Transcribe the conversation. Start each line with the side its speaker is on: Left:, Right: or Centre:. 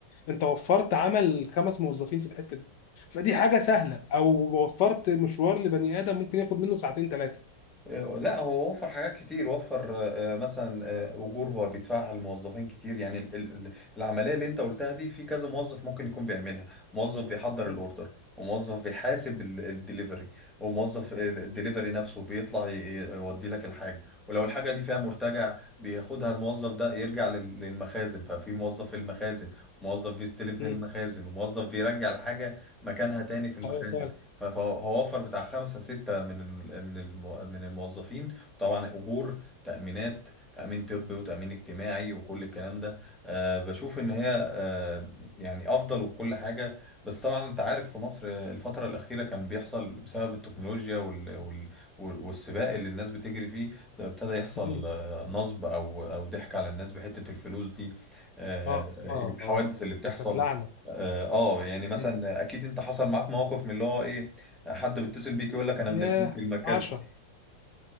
Left: انت وفرت عمل خمس موظفين في الحتة دي فدي حاجة سهلة او وفرت مشوار لبني آدم ممكن ياخد منه ساعتين ثلاثة
Centre: آه، لا هو وفر حاجات كتير وفر آه، آه، مثلا آه، اجور هو بيدفعها للموظفين كتير يعني ال- ال- ال- العمليه اللي انت قلتها دي في كذا موظف ممكن يكون بيعملها موظف بيحضر
Left: مم.
Centre: الاوردر وموظف بيحاسب ال- الدليفري وموظف ال- الدليفري نفسه بيطلع ي- ي- يودي لك الحاجه ولو الحاجه دي فيها مرتجع بياخدها الموظف ده يرجع لل- للمخازن ففي موظف في المخازن وموظف بيستلم من
Left: مم.
Centre: المخازن وموظف بيرجع الحاجه مكانها تاني في المخازن
Left: ايوه فعلا
Centre: ف- فهو وفر بتاع خمسة ستة من ال- من المو- من الموظفين طبعا أجور تأمينات تأمين طبي وتأمين اجتماعي وكل الكلام ده أه بشوف إن هي أه يعني أفضل وكل حاجة بس طبعا أنت عارف في مصر الفترة الأخيرة كان بيحصل بسبب التكنولوجيا وال وال وال- والسباق اللي الناس بتجري فيه ابتدى يحصل
Left: مم.
Centre: آه، نصب أو أو ضحك على الناس بحتة الفلوس دي آه،
Left: اه
Centre: الحوادث
Left: اه اه
Centre: اللي بتحصل
Left: بتتلعنى
Centre: اه آه، يعني مثلا
Left: مم.
Centre: اكيد انت حصل معاك مواقف من اللي هو ايه حد بيتصل بيك يقول لك انا
Left: ياه
Centre: من البنك المركزي
Left: 10